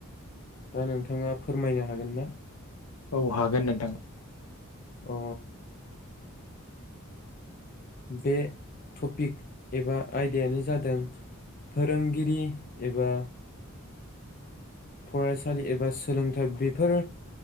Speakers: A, on the left (about 40°); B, on the left (about 80°).
A: दा नोंथाङा फोरमायनो हागोन ना?
B: औ हागोन नोंथां।
A: अ बे थपिक एबा आयदायानो जादों फोरोंगिरि एबा फरायसालि एबा सोलोंथाइ बेफोर